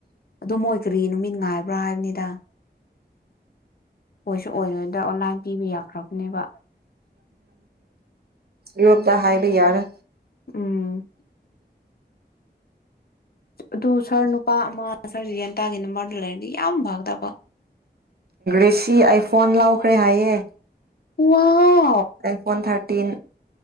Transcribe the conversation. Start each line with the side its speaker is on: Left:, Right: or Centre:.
Left: ꯑꯗꯨ ꯃꯣꯏ ꯀꯔꯤ ꯅꯨꯃꯤꯠ ꯉꯥꯏꯕ꯭ꯔꯥ ꯍꯥꯏꯕꯅꯤꯗ ꯑꯣꯏꯣꯏꯁꯨ ꯑꯣꯏꯔꯣꯏꯗ꯭ꯔ ꯑꯣꯟꯂꯥꯏꯟ ꯄꯤꯕ ꯌꯥꯈ꯭ꯔꯕꯅꯦꯕ
Right: ꯑꯣꯗ ꯍꯥꯏ ꯂꯩ ꯌꯔ
Left: ꯎꯝ ꯑꯗꯨ ꯁꯔ ꯅꯨꯄꯥ ꯑꯃ ꯁꯥꯔ ꯖꯤꯌꯥꯟꯇꯥꯒꯤ ꯅꯝꯕꯔꯗꯨ ꯂꯩꯔꯗꯤ ꯌꯥꯝ ꯐꯒꯗꯕ
Right: ꯏꯦꯁꯤ ꯑ ꯐꯣꯟ ꯂꯥꯎ ꯐꯔꯩ ꯍꯥꯏꯌꯦ
Left: ꯋꯥ
Right: ꯑꯦ ꯐꯣꯟ ꯊꯥꯔꯇ ꯇꯤꯟ